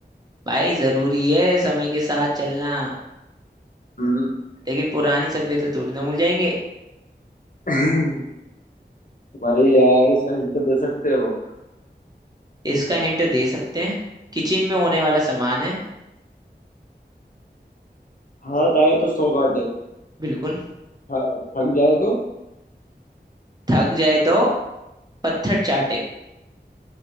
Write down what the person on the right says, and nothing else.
भाई जरूरी है समय के साथ चलना
लेकिन पुरानी सभ्यता थोड़ी ना भूल जाएंगे
इसका हिंट दे सकते हैं किचन में होने वाला सामान है
बिल्कुल
थक जाए तो पत्थर चाटे